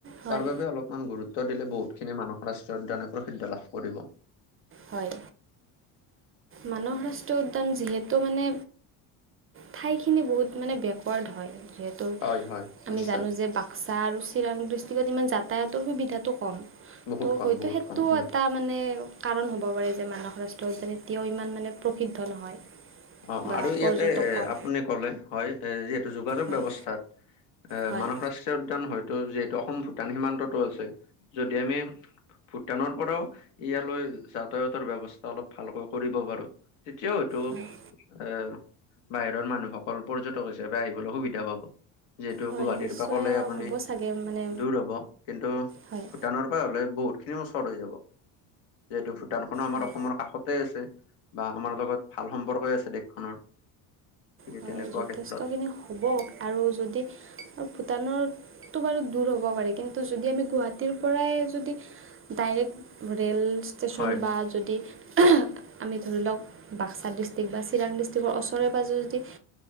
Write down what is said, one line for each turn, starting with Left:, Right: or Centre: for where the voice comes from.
Right: হয়
Left: তাৰ বাবে অলপমান গুৰুত্ব দিলে বহুত খিনি মানাহ ৰাষ্ট্ৰীয় উদ্যানে প্ৰসিদ্ধ লাভ কৰিব।
Right: হয়, মানাহ ৰাষ্ট্ৰীয় উদ্যান যিহেতু মানে ঠাইখিনি বহুত মানে বেকৱাৰ্ড হয়, যিহেতু
Left: হয় হয়
Right: আমি
Left: নিশ্চয়
Right: জানো যে বাক্সা আৰু চিৰাং ডিষ্ট্ৰিক ইমান যাতায়াতৰ সুবিধাটো কম।
Left: বহুত
Right: ত'
Left: কম
Right: হয়তো
Left: বহুত
Right: সেইটো
Left: কম হয়
Right: এটা মানে, কাৰণ হ'ব পাৰে যে মানাহ ৰাষ্ট্ৰীয় উদ্যান এতিয়াও ইমান মানে প্ৰসিদ্ধ নহয়।
Left: অ',
Right: বা
Left: আৰু
Right: পৰ্যটক
Left: ইয়াতে এ
Right: কম
Left: আপুনি কলে হয়, এ যিহেতু যোগাযোগ
Right: হয়
Left: ব্যৱস্থাত এ
Right: হয়
Left: মানাহ ৰাষ্ট্ৰীয় উদ্যান হয়তো যিহেতু অসম ভূটান সীমান্ততো আছে, যদি আমি ভূটানৰ পৰাও ইয়ালৈ যাতায়াতৰ ব্যৱস্থা অলপ ভালকৈ কৰিব পাৰো এতিয়াও হইতো
Right: হয়
Left: এ বাহিৰৰ মানুহসকল পৰ্যটক হিচাপে আহিবলৈ সুবিধা পাব। যিহেতু
Right: হয়
Left: গুৱাহাটীৰ
Right: নিশ্চয়
Left: পৰা গ'লে আপুনি
Right: হ'ব চাগে মানে
Left: দূৰ হ'ব কিন্তু
Right: হয়
Left: ভূটানৰ হ'লে বহুত খিনি ওচৰ হৈ যাব। যিহেতু ভূটানখনো আমাৰ
Right: হয়
Left: অসমৰ কাষতে আছে। বা আমাৰ লগত ভাল সম্পৰ্কই আছে দেশখনৰ, গতিকে
Right: হয়
Left: তেনেকুৱা
Right: যথেষ্টখিনি
Left: ক্ষেত্ৰত।
Right: হ'ব আৰু যদি ভূটানৰ বাৰু দূৰ হ'ব পাৰে, কিন্তু যদি আমি গুৱাহাটীৰ পৰাই যদি ডাইৰেক্ট ৰে'ল ষ্টেচন
Left: হয়
Right: বা যদি, আমি ধৰি লওক বাক্সা ডিষ্ট্ৰিক্ বা চিৰাং ডিষ্ট্ৰ্ৰক ওচৰৰে-পাজৰে যদি